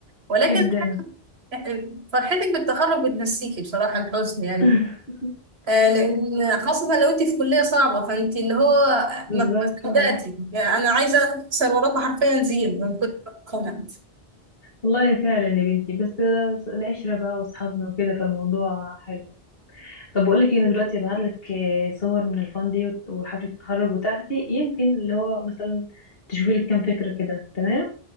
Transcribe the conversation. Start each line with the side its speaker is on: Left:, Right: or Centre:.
Right: ولكن
Left: جدا
Right: <laughs> فرحتك بالتخرج بتنسيكي بصراحه الحزن يعني
Left: <laughs>
Right: آه لان خاصه لو انت في كليه صعبه فانت اللي هو
Left: بالظبط
Right: ما ما صدقتي
Left: اه
Right: يعني انا عايزه اكسر وراكم حرفيا زيرو من كتر ما أنا.
Left: والله فعلا يا بنتي بس العشرة بقى واصحابنا وكده فالموضوع حلو طب بقول لك ايه، انا دلوقتي هبعت لك صور من الفان دي وت- وحفلة التخرج بتاعتي يمكن اللي هو مثلا تشوفي لك كام فكرة كده تمام